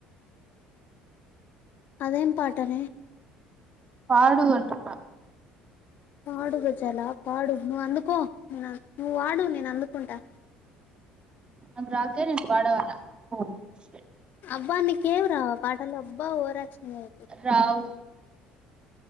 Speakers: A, on the left (about 60°); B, on the right (about 30°).
A: అదేం పాటనే
B: పాడు అంటున్న
A: పాడు గజాల పాడు నువ్వు అందుకో నే నువ్వు పాడు నేను అందుకుంటా
B: ఆ గ్లాజరీ వాడం అల్లా ఓ షర్ట్
A: అబ్బా నీకు ఏమి రావా పాటలు అబ్బా ఓవరాక్షన్ చెయ్యకు
B: రావు